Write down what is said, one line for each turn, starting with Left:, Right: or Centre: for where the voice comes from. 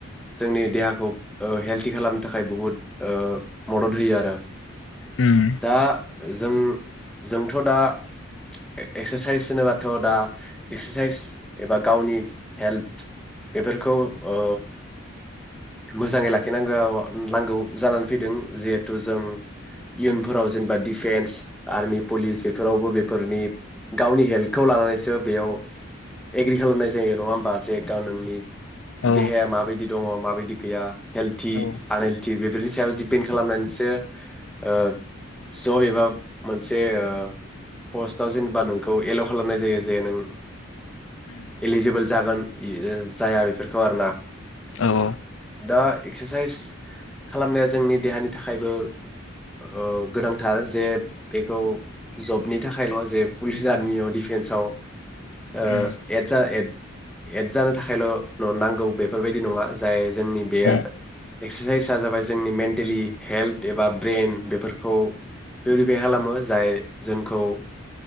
Centre: जोंनि देहाखौ ओ हेल्थि खालामनो थाखाय बुहुद ओ मदद होयो आरो
Left: उम
Centre: दा जों जोंथ' दा एक्सेसाइस होनोबाथ' दा एक्सेसाइस एबा गावनि हेल्थ बेफोरखौ ओ मोजाङै लाखिनांगोआव नांगौ जानानै फैदों जिहेथु जों इयुनफोराव जेनेबा डिफेन्स आर्मि पुलिस बेफोर बेफोरावबो बेफोरनि गावनि हेल्थखौ लानानैसो बेयाव एग्रि खालामनाय जायो नङा होमबा जे गा नोंनि
Left: औ
Centre: देहाया माबायदि दङ माबायदि गैया हेलटि
Left: औ
Centre: आनहेलटि बे बेफोरनि सायाव दिपेन्ड खालामनानैसो ओ जय बा मोनसे ओ पस्टआव जेनेबा नोंखौ एलाव खालामनाय जायो जे नों
Left: उम
Centre: एलिजिबोल जागोन जाया बेफोरखौ आरोना ।
Left: औ औ
Centre: दा एक्सारसाइस खालामनाया जोंनि देहानि थाखायबो ओ गोनांथार जे बेखौ जबनि थाखायल' जे पुलिस आर्मियाव डिफेन्सआव ओ
Left: उम
Centre: एद जा एड एद जानो थाखायल नांगौ बेफोरबायदि नङा जाय जोंनि बे एकरसाइस
Left: उम
Centre: आ जाबाय जोंनि मेन्टेलि हेल्थ एबा ब्रेन बेफोरखौ पिउरिफाइ खालामो जाय जोंखौ